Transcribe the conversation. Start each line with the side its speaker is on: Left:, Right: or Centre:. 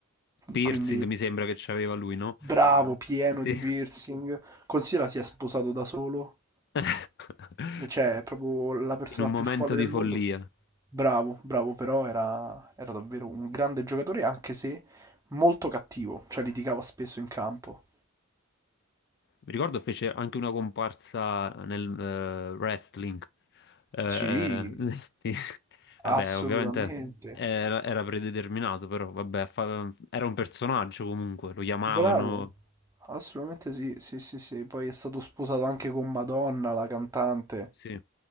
Left: Piercing
Right: quindi
Left: mi sembra che c'aveva lui, no?
Right: bravo, pieno
Left: Sì.
Right: di piercing. Considera si è sposato da solo,
Left: <laughs>
Right: cioè è proprio la persona
Left: In un
Right: più
Left: momento
Right: folle
Left: di
Right: del
Left: follia.
Right: mondo.
Left: Mi
Right: Bravo, bravo, però era, era davvero un grande giocatore, anche se molto cattivo, cioè litigava spesso in campo.
Left: ricordo fece anche una comparsa nel eh, wrestling. Eh,
Right: Sì,
Left: <laughs> sì. Vabbè,
Right: assolutamente.
Left: ovviamente era, era predeterminato, però vabbè, fa- era un personaggio comunque, lo chiamavano,
Right: Bravo, assolutamente sì, sì, sì, sì. Poi è stato sposato anche con Madonna, la cantante.
Left: sì.